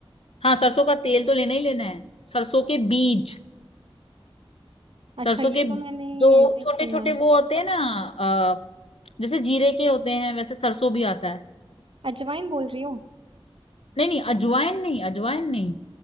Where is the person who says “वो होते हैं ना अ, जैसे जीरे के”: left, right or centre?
Left